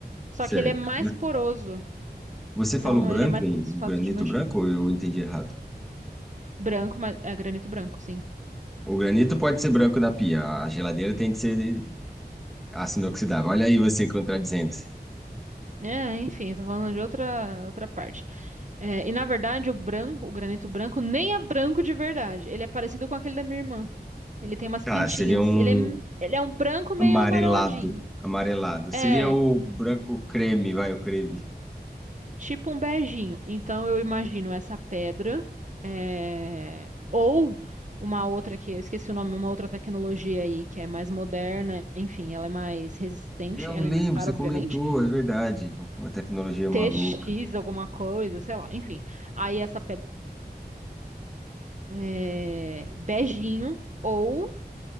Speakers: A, on the right (about 45°); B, in the centre.
A: só
B: certo.
A: que ele é mais poroso,
B: Você
A: então
B: falou branco,
A: ele é mais
B: um um
A: fácil
B: granito
A: de manchar.
B: branco, ou eu entendi errado?
A: Branco, mas é granito branco, sim.
B: O granito pode ser branco da pia, a geladeira tem que ser aço inoxidável. Olha aí você contradizendo-se.
A: É, enfim, tô falando de outra, outra parte. É, e na verdade, o branco, o granito branco, nem é branco de verdade. Ele é parecido com aquele da minha irmã. Ele tem umas
B: Tá,
A: pintinhas.
B: seria um
A: Ele é, ele é um branco meio
B: amarelado,
A: amareladinho.
B: amarelado. Seria
A: É,
B: o branco creme, vai, o creme.
A: tipo um beijinho. Então eu imagino essa pedra, é, ou uma outra que eu esqueci o nome, uma outra tecnologia aí que é mais moderna, enfim, ela é mais resistente,
B: Eu
A: ela
B: lembro,
A: é mais cara,
B: você
A: obviamente.
B: comentou, é verdade. Uma tecnologia maluca.
A: TX, alguma coisa, sei lá, enfim. Aí essa pedra é, beijinho ou